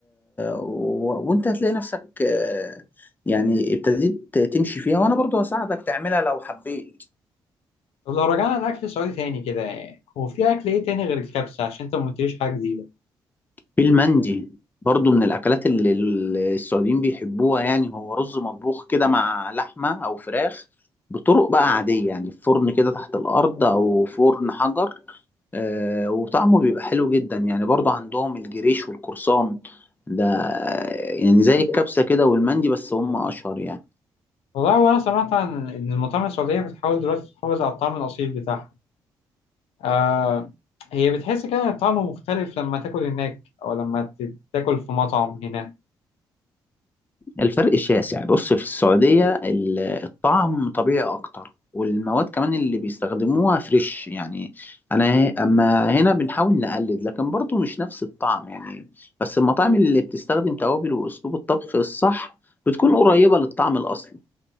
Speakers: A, on the left; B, on the left.
A: و... وانت هتلاقي نفسك آه، يعني ابتديت تمشي فيها وانا برضو هساعدك تعملها لو حبيت
B: طب لو رجعنا لأكل سعودي تاني كده هو في أكل إيه تاني غير الكبسة عشان أنت ما قلتليش حاجة جديدة؟
A: في المندي برضو من الأكلات اللي اللي السعوديين بيحبوها يعني هو رز مطبوخ كده مع لحمة أو فراخ بطرق بقى عادية يعني في فرن كده تحت الأرض أو فرن حجر آه، وطعمه بيبقى حلو جدا يعني برضو عندهم الجريش والقرصان ده يعني زي الكبسة كده والمندي بس هم أشهر يعني
B: والله وأنا سمعت عن إن المطاعم السعودية بتحاول دلوقتي تحافظ على الطعم الأصيل بتاعها آه هي بتحس كده إن الطعم مختلف لما تاكل هناك أو لما ت- تاكل في مطعم هنا
A: الفرق شاسع بص في السعودية ال- الطعم طبيعي أكتر والمواد كمان اللي بيستخدموها فريش يعني أنا أما هنا بنحاول نقلد لكن برضه مش نفس الطعم يعني بس المطاعم اللي بتستخدم توابل وأسلوب الطبخ الصح بتكون قريبة للطعم الأصلي